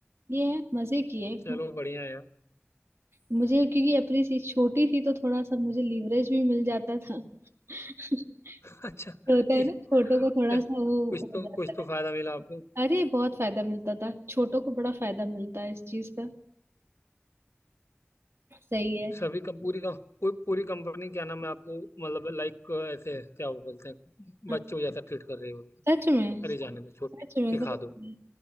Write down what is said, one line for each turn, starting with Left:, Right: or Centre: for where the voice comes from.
Right: ये है मजे की है
Left: चलो
Right: मत-
Left: बढ़िया है यार
Right: मुझे क्योंकि अपनी सी छोटी थी तो थोड़ा सा मुझे लीवरेज भी मिल जाता था <laughs> ये
Left: <laughs> अच्छा
Right: होता है
Left: ये
Right: ना छोटों
Left: अच्छा,
Right: को थोड़ा सा
Left: कुछ
Right: वो
Left: तो
Right: हो जाता
Left: कुछ तो
Right: है
Left: फायदा मिला आपको
Right: अरे बहुत फायदा मिलता था छोटों को बड़ा फायदा मिलता है इस चीज का सही है
Left: सभी का पूरी का पू- पूरी कंपनी क्या नाम है आपको मतलब लाइक ऐसे क्या बोलते हैं
Right: हाँ
Left: बच्चों जैसा ट्रीट कर रही होगी
Right: सच में सच
Left: अरे जाने दो छोटी
Right: में
Left: सिखा
Right: सच
Left: दो
Right: में